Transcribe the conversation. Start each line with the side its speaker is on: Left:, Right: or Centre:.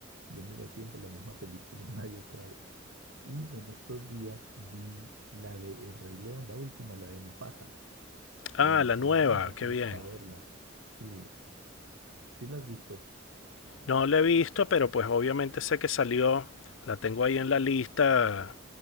Right: Yo miro siempre la misma película <laughs> una y otra vez. Y en estos días vi la de El Rey León, la última, la de Mufasa.
Left: Ah,
Right: En-
Left: la
Right: con
Left: nueva,
Right: mi hija fuimos
Left: qué bien.
Right: a verla. Sí, sí la has visto.
Left: No la he visto, pero pues obviamente sé que salió. La tengo ahí en la lista,